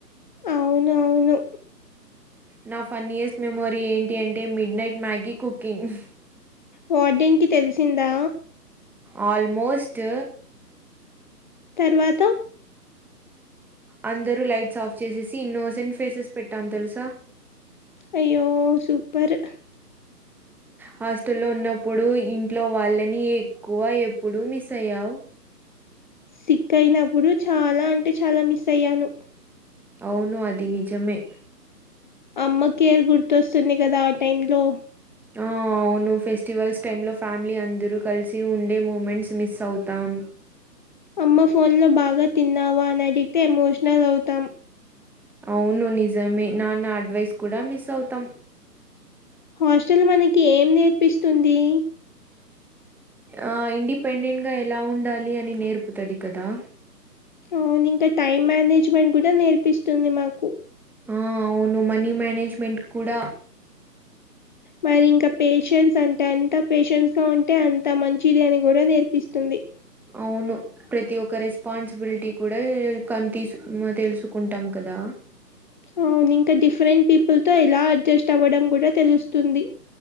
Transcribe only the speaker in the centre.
నా ఫన్నీయెస్ట్ మెమోరీ ఏంటి అంటే మిడ్ నైట్ మ్యాగీ కుకింగ్
ఆల్మోస్ట్
అందరూ లైట్స్ ఆఫ్ చేసేసి ఇన్నోసెంట్ ఫేసెస్ పెట్టాం తెల్సా
హాస్టల్లో ఉన్నప్పుడు ఇంట్లో వాళ్ళని ఎక్కువ, ఎప్పుడు మిస్ అయ్యావ్
అవును అది నిజమే.
ఆ అవును ఫెస్టివల్స్ టైమ్లో ఫ్యామిలీ అందరూ కలిసి ఉండే మూమెంట్స్ మిస్ అవుతాం.
అవును నిజమే నాన్న అడ్వైస్ కూడా మిస్ అవుతం.
ఆ ఇండిపెండెంట్గా ఎలా ఉండాలి అని నేర్పుతది కదా
ఆ అవును మనీ మేనేజ్మెంట్ కూడా
అవును ప్రతి ఒక రెస్పాన్సిబిలిటీ కూడా కన్ తీస్ తెలుసుకుంటాం క దా